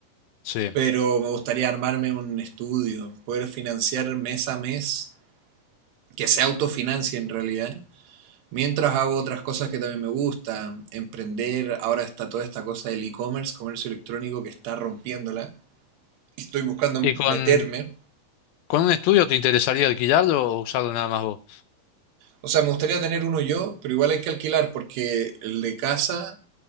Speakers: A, on the left (about 80°); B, on the right (about 85°).
A: Sí.
B: pero me gustaría armarme un estudio, poder financiar mes a mes, que se autofinancie en realidad. Mientras hago otras cosas que también me gustan, emprender, ahora está toda esta cosa del e-commerce, comercio electrónico que está rompiéndola. Y estoy buscando
A: ¿Y con,
B: meterme
A: con un estudio te interesaría alquilarlo o usarlo nada más vos?
B: O sea, me gustaría tener uno yo, pero igual hay que alquilar porque el de casa,